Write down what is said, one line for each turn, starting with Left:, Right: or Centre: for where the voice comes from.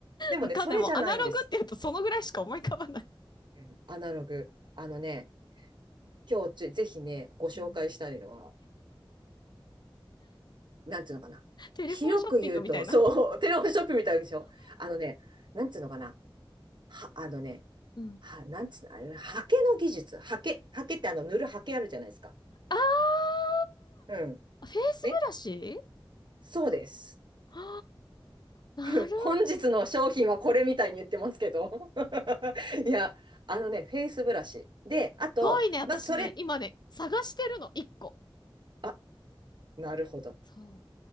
Right: でもね、
Left: わかんない。
Right: それじゃないんです。
Left: もうアナログって言うとそのぐらいしか思い浮かばない。
Right: うん、アナログ。あのね、今日ちぜひね、ご紹介したいのは、
Left: うん。
Right: なんていうのかな。
Left: テレフォンショッピングみたいになってる。
Right: 広く言うと、そう、<laughs> テレホンショップみたいでしょ。あのね、なんていうのかな。は、あのね、
Left: うん。
Right: は、なんつうの、あれね、刷毛の技術。刷毛、刷毛ってあの、塗る刷毛あるじゃないですか。
Left: あ
Right: うん。
Left: ー、フェイスブラシ
Right: ね。そうです。
Left: <gasps> はあなるほどね。
Right: <laughs> 本日の商品はこれみたいに言ってますけど。<laughs> いや、あのね、フェイスブラシ。で、あと、
Left: すごいね、私ね、
Right: まあ、それ、
Left: 今ね、探してるの、一個。
Right: あ、なるほど。
Left: そう、